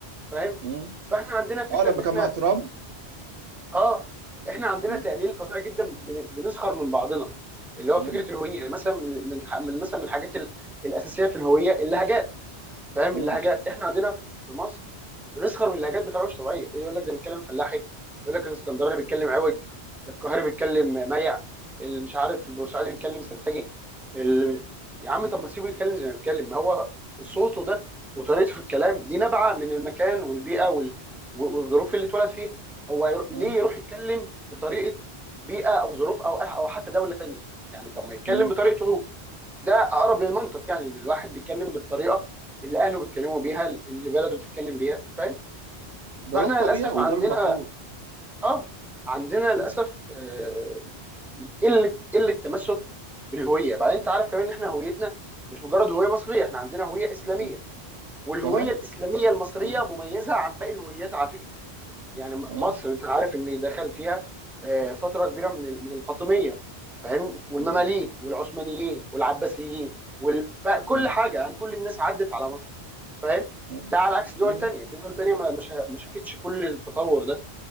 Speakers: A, in the centre; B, on the right.
A: فاهم
B: اه
A: فاحنا عندنا فكره
B: آه، لما
A: ان احنا
B: كان مع ترامب
A: اه احنا عندنا
B: اه
A: تقليل فظيع جدا بن- بنسخر من بعضنا اللي هو
B: اه
A: فكره الهويه يعني مثلا من من من مثلا من الحاجات ال- الاساسيه في الهويه اللهجات فاهم
B: اه
A: اللهجات احنا عندنا في مصر بنسخر من اللهجات بطريقه مش طبيعيه إيه يقول لك ده بيتكلم فلاحي يقول لك الاسكندراني بيتكلم عوج القاهري بيتكلم ميع اللي مش عارف البورسعيدي بيتكلم سرسجي اللي... يا عم طب ما تسيبه يتكلم زي ما بيتكلم ما هو صوته ده وطريقته في الكلام دي نابعه من المكان والبيئه وال... والظروف اللي اتولد فيها هو يرو... ليه
B: مم.
A: يروح يتكلم بطريقه بيئه او ظروف او او حتى دوله تانيه يعني طب ما يتكلم
B: مم.
A: بطريقته هو ده اقرب للمنطق يعني ان الواحد بيتكلم بالطريقه اللي اهله بيتكلموا بيها اللي بلده بتتكلم بيها فاهم
B: ده
A: فاحنا
B: ده الطبيعي
A: للاسف
B: وده
A: عندنا
B: المفروض
A: اه عندنا للاسف
B: مم.
A: آه، قله قله تمسك بالهويه بعدين انت عارف كمان ان احنا هويتنا مش مجرد هويه مصريه احنا عندنا هويه اسلاميه
B: مم.
A: والهويه
B: تمام
A: الاسلاميه المصريه
B: مم.
A: مميزه عن باقي الهويات على فكره يعني
B: مم.
A: مصر انت عارف ان دخل فيها آه، فتره كبيره من ال- من الفاطميه فاهم والمماليك
B: مم.
A: والعثمانيين والعباسيين وال... فكل
B: مم.
A: حاجه يعني كل الناس عدت على مصر فاهم
B: مم.
A: ده على عكس دول
B: مم.
A: تانية في دول تانية ما ما شا- ما شافتش كل التطور ده